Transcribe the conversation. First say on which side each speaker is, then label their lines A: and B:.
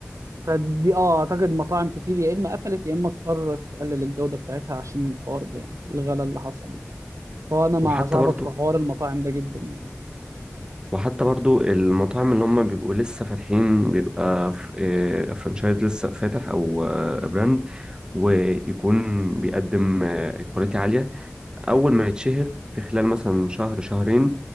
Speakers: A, on the right; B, on the right.
A: فدي اه اعتقد مطاعم كتير يا اما قفلت يا اما اضطرت تقلل الجوده بتاعتها عشان الحوار ده يعني الغلاء اللي حصل يعني. فانا مع
B: وحتى
A: صاحبك
B: برضو
A: في حوار المطاعم ده جدا يعني.
B: وحتى برضو المطاعم اللي هم بيبقوا لسه فاتحين بيبقى ف- آه، فرانشايز لسه فاتح او آه، براند ويكون بيقدم كواليتي عالية أول ما يتشهر في خلال مثلا شهر شهرين